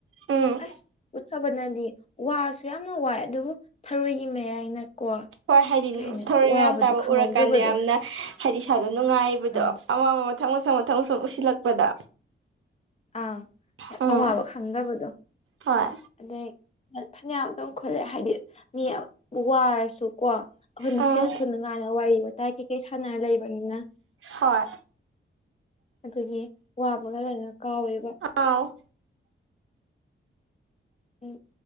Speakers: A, on the right (about 80°); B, on the left (about 30°).
A: ꯎꯝ
B: ꯑꯁ ꯎꯠꯊꯕꯅꯗꯤ ꯋꯥꯁꯨ ꯌꯥꯝꯅ ꯋꯥꯏ ꯑꯗꯨꯕꯨ ꯊꯔꯣꯏꯒꯤ ꯃꯌꯥꯏꯅꯀꯣ
A: ꯍꯣꯏ ꯍꯥꯏꯗꯤ
B: ꯀꯩ ꯍꯥꯏꯅꯤ
A: ꯊꯧꯔꯣꯏ
B: ꯋꯥꯕꯗꯣ
A: ꯃꯌꯥꯝ ꯇꯥꯕ
B: ꯈꯪꯍꯧꯗꯕꯗꯣ
A: ꯎꯔꯀꯥꯟꯗ ꯌꯥꯝꯅ ꯍꯥꯏꯗꯤ ꯏꯁꯥꯗꯣ ꯅꯨꯡꯉꯥꯏꯕꯗꯣ
B: ꯑꯥ
A: ꯑꯃ ꯑꯃ ꯃꯊꯪ ꯃꯊꯪ ꯃꯊꯪ ꯃꯊꯪ ꯎꯁꯤꯜꯂꯛꯄꯗ
B: ꯑꯪ
A: ꯎꯝ
B: ꯑꯋꯥꯕ ꯈꯪꯗꯕꯗꯣ
A: ꯍꯣꯏ
B: ꯑꯗꯩ ꯐꯅꯌꯥꯝꯇꯨꯡ ꯈꯨꯜꯂꯦ ꯍꯥꯏꯗꯤ ꯃꯤ ꯋꯥꯔꯁꯨꯀꯣ ꯑꯈꯣꯏ ꯃꯁꯦꯜ
A: ꯎꯝ
B: ꯈꯨꯟꯅꯨ ꯉꯥꯏꯅ ꯋꯥꯔꯤ ꯋꯥꯇꯥꯏ ꯀꯩ ꯀꯩ ꯁꯥꯟꯅꯔ ꯂꯩꯕꯅꯤꯅ
A: ꯍꯣꯏ
B: ꯑꯗꯨꯒꯤ ꯋꯥꯕꯒ ꯂꯣꯏꯅ ꯀꯥꯎꯋꯦꯕ
A: ꯑꯥꯎ
B: ꯎꯝ